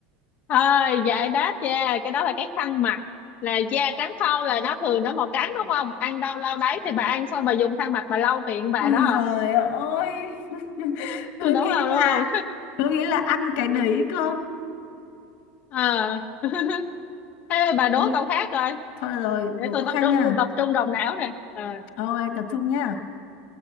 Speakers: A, on the left; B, on the left.
A: thôi giải đáp da cái đó là cái khăn mặt là da trắng phau là nó thường nó màu trắng đúng không ăn đâu lau đấy thì bà ăn xong bà dùng khăn mặt bà lau miệng bà
B: ôi
A: đó
B: giời ơi <laughs>
A: <laughs>
B: cứ
A: à. đúng
B: nghĩ
A: không
B: là
A: đúng không
B: cứ nghĩ là ăn cái đấy cơ
A: Ờ. <laughs> thế bà đố
B: Cứ nghĩ-
A: câu khác rồi
B: thôi được rồi
A: để
B: cố
A: tôi
B: có
A: tập
B: khăn
A: trung
B: nha
A: tập trung đầu não nè Ờ,
B: ôi tập trung nha